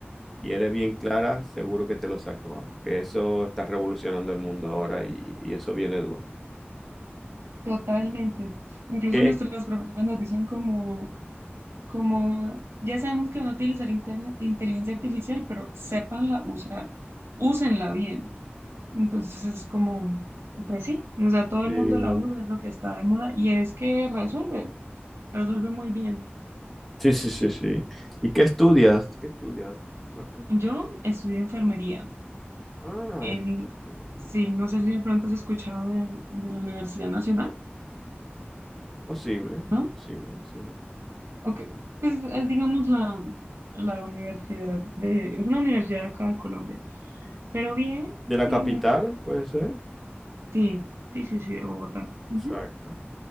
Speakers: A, in the centre; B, on the right.
A: y eres bien clara, seguro que te lo sacas, vamos, que eso está revolucionando el mundo ahora y, y eso viene duro.
B: totalmente. Incluso
A: ¿Qué?
B: nuestras profesoras nos dicen como, como, ya sabemos que van a utilizar intel- inteligencia artificial, pero sépanla usar, úsenla bien. Entonces es como, pues sí, o sea, todo
A: Sí,
B: el mundo la usa, es lo que está de moda y es que resuelve, resuelve muy bien.
A: sí, sí, sí. sí. ¿Y qué estudias? ¿Qué estudias, Mafe?
B: Yo estudié enfermería.
A: Ah,
B: En,
A: enfermería.
B: sí, no sé si de pronto has escuchado de, de la Universidad Nacional,
A: Posible,
B: ¿no?
A: posible, sí.
B: Ok, pues es, digamos la, la universidad de, es una universidad acá de Colombia, pero bien,
A: de
B: sí,
A: la capital,
B: muy-
A: puede ser.
B: sí, sí, sí, sí, de Bogotá. Ujú.
A: Exacto.